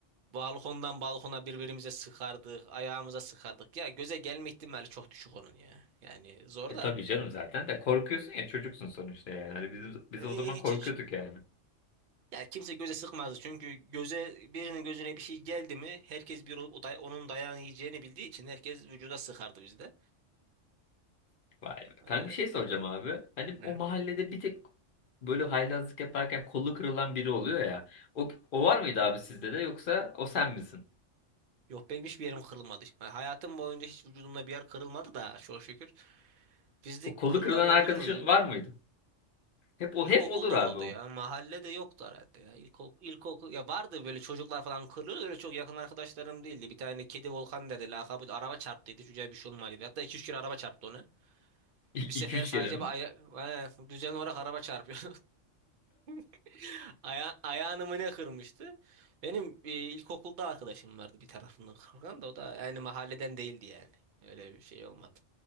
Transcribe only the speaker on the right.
balkondan balkona birbirimize sıkardık. Ayağımıza sıkardık. Ya göze gelme ihtimali çok düşük onun ya. Yani zor
da.
E,
hiç
hiç.
Ya kimse göze sıkmazdı. Çünkü göze birinin gözüne bir şey geldi mi herkes bir olup o day- onun dayağını yiyeceğini bildiği için herkes vücuda sıkardı bizde.
E,
e.
Yok benim hiçbir yerim kırılmadı. Yani hayatım boyunca hiç vücudumda bir yer kırılmadı da çok şükür. Bizde
kırılan
oldu
muydu?
İlkokulda
oldu
ya. Mahallede yoktu herhalde ya. İlkokul, ilkokul ya vardı böyle çocuklar falan kırılıyordu. Öyle çok yakın arkadaşlarım değildi. Bir tane kedi Volkan dedi. Lakabı araba çarptıydı. Çocuğa bir şey olmadı. dedi. Hatta iki üç kere araba çarptı onu.
Bir sefer
sadece
bir aya He, düzen olarak araba çarpıyor. <laughs> Aya ayağını mı ne kırmıştı? Benim e, ilkokulda arkadaşım vardı bir tarafından kırgan da o da yani mahalleden değildi yani. Öyle bir şey olmadı.